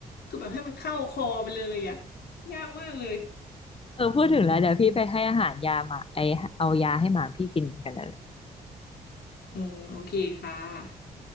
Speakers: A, on the left; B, on the left.
A: คือแบบให้มันเข้าคอไปเลยอะยากมากเลย
B: เออพูดถึงแล้วเดี๋ยวพี่ไปให้อาหารยาหมาไอเอายาให้หมาพี่กินกันนั่นแหละ
A: อืมโอเคค่ะ